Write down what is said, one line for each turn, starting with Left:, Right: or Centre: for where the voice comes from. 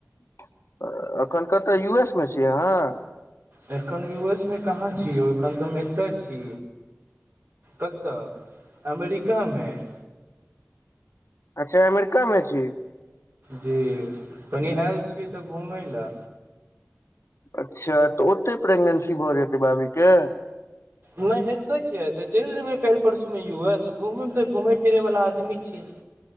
Left: <inaudible> एखन कत यू एस में छीयै अहाँ
Right: एखन यू एस में कहाँ छी यौ एखन तऽ हम एतऽ छी कतऽ अमरिका में
Left: अच्छ अमरिका में छी।
Right: जी कनि हैल छियै एतऽ घुमै लऽ।
Left: अच्छा तऽ ओतै प्रेग्नेंसी भऽ जेतैय भाभी के।
Right: नय एतय किये हेतै, चलि जेबै काल्हि परसू मेँ यू एस घूमय तऽ घूमै फिरै बला आदमी छियै।